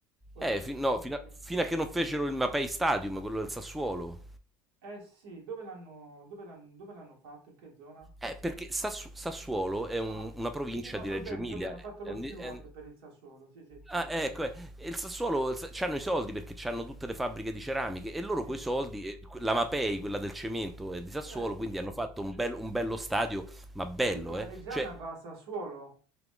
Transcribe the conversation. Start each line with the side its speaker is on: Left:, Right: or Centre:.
Right: O c'è
Centre: Eh,
Right: sem-
Centre: fi- no, fino a,
Right: sì.
Centre: fino a che non fecero il Mapei Stadium, quello del Sassuolo.
Right: Eh sì, dove l'hanno dove l'hanno- dove l'hanno fatto? In che zona?
Centre: Eh, perché Sassu- Sassuolo è un-
Right: Ah,
Centre: una provincia
Right: sì, sì, no,
Centre: di
Right: so
Centre: Reggio
Right: bene,
Centre: Emilia.
Right: so bene, ho
Centre: eh,
Right: fatto
Centre: eh,
Right: lo steward
Centre: eh,
Right: per il Sassuolo, sì, sì,
Centre: Ah, ecco, eh, e il Sassuolo hanno i soldi perché hanno tutte le fabbriche di ceramiche e loro
Right: sì,
Centre: coi
Right: sì,
Centre: soldi,
Right: sì.
Centre: eh, que- la Mapei, quella del cemento, è di Sassuolo,
Right: Certo,
Centre: quindi
Right: certo.
Centre: hanno fatto un, bel- un bello stadio, ma bello,
Right: E quindi la
Centre: eh.
Right: Reggiana
Centre: Cioè,
Right: va a Sassuolo?